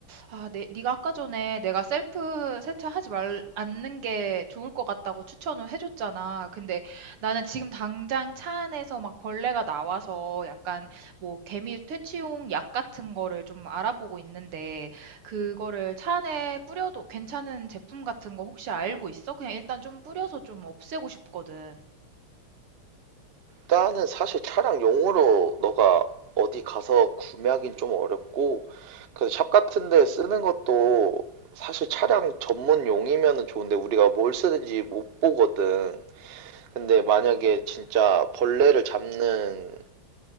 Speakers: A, on the right; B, on the right.
A: 아, 네, 네가 아까 전에 내가 셀프 세차하지 말 않는 게 좋을 것 같다고 추천을 해줬잖아. 근데 나는 지금 당장 차 안에서 막 벌레가 나와서 약간 뭐 개미 퇴치용 약 같은 거를 좀 알아보고 있는데 그거를 차 안에 뿌려도 괜찮은 제품 같은 거 혹시 알고 있어? 그냥 일단 좀 뿌려서 좀 없애고 싶거든.
B: 일단은 사실 차량 용으로 너가 어디 가서 구매하긴 좀 어렵고 그래서 샵 같은 데 쓰는 것도 사실 차량 전문용이면은 좋은데 우리가 뭘 쓰는지 못 보거든. 근데 만약에 진짜 벌레를 잡는